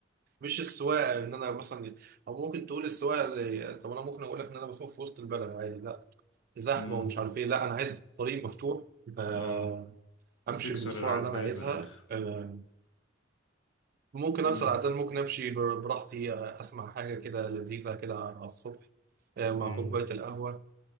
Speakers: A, on the right; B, on the left.
A: مش السواقه ان انا مثلا او ممكن تقول السواقه اللي طب انا ممكن اقول لك ان انا بسوق في وسط البلد عادي لا زحمه
B: امم
A: ومش عارف ايه لا انا عايز طريق مفتوح آه،
B: اه
A: امشي
B: تكسر
A: بالسرعه
B: العداد
A: اللي انا عايزها
B: من الاخر
A: آه، ممكن
B: امم
A: اكسر عدد ممكن امشي بر- براحتي آه، اسمع حاجه كده لذيذه كده على الصبح آه، مع
B: امم
A: كوبايه القهوه